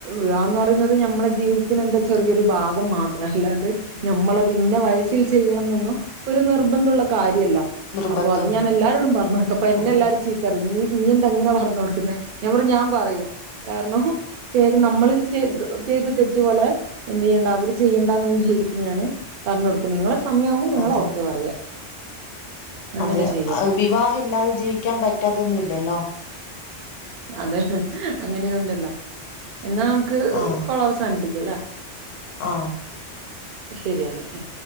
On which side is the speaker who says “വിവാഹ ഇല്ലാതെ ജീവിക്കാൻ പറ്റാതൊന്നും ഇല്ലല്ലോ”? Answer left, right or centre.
Left